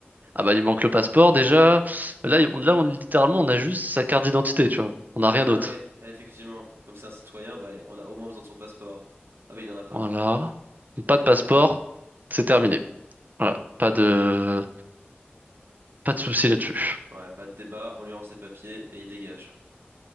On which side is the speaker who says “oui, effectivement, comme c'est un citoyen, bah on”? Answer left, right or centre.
Right